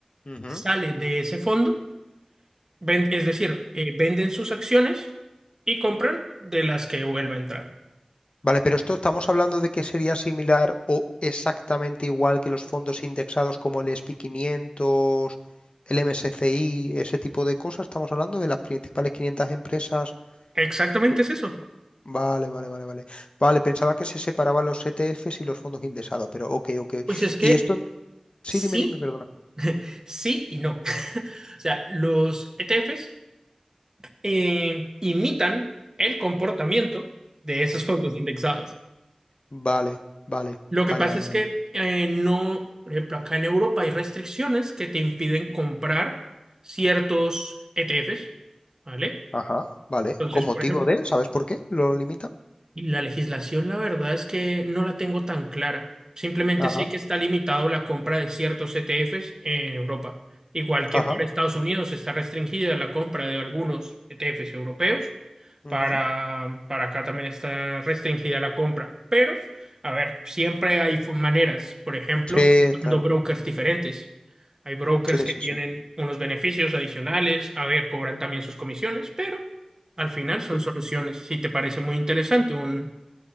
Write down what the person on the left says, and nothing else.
ujú.
Vale, pero esto estamos hablando de que sería similar o exactamente igual que los fondos indexados como el S and p quinientos, el M S C I, ese tipo de cosas. Estamos hablando de las principales 500 empresas.
Lo-
Vale, vale, vale, vale. Vale, pensaba que se separaban los E T ETFs y los fondos indexados, pero ok, ok.
Y esto, en- sí,
dime, dime, perdona.
Vale, vale,
vale,
vale,
vale.
Ajá, vale.
¿Con motivo
de? ¿Sabes por qué lo limita?
Ajá,
ajá.
ujú.
Sí,
claro.
Sí,
sí,
sí.
Cl-